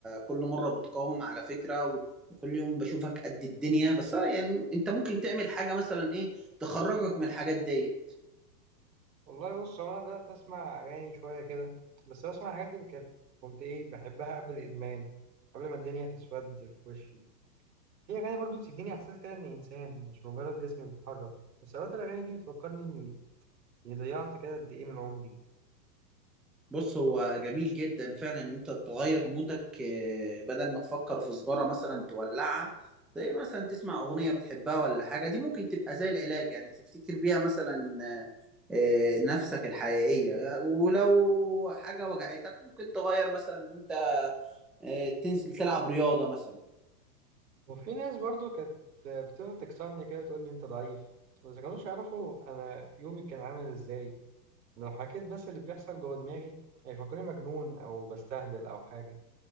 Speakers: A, in the centre; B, on the right.
A: كل مرة بتقاوم على فكرة و- وكل يوم بشوفك قد الدنيا بس آه، يعني انت ممكن تعمل حاجة مثلا ايه تخرجك من الحاجات دي
B: والله بص هو أنا بدأت أسمع أغاني شوية كده بس بسمع الحاجات اللي كانت كنت إيه بحبها قبل الإدمان قبل ما الدنيا تسود في وشي في أغاني برضو بتديني إحساس كده إني إنسان مش مجرد جسمي بيتحرك بس أوقات الأغاني دي بتفكرني إني يعني ضيعت كده قد ايه من عمري
A: بص هو جميل جدا فعلا ان انت تغير مودك آه، بدل ما تفكر في سجارة مثلا تولعها زي مثلا تسمع اغنية بتحبها ولا حاجة دي ممكن تبقى زي العلاج يعني تفتكر بيها مثلا آه، آه، نفسك الحقيقية ولو حاجة وجعتك ممكن تغير مثلا ان انت آه، تنزل تلعب رياضة مثلا
B: وفي ناس برضو كانت بتفضل تكسرني كده تقول لي انت ضعيف بس كانوش يعرفوا انا يومي كان عامل ازاي لو حكيت بس اللي بيحصل جوه دماغي هيفكروني مجنون او بستهبل او حاجه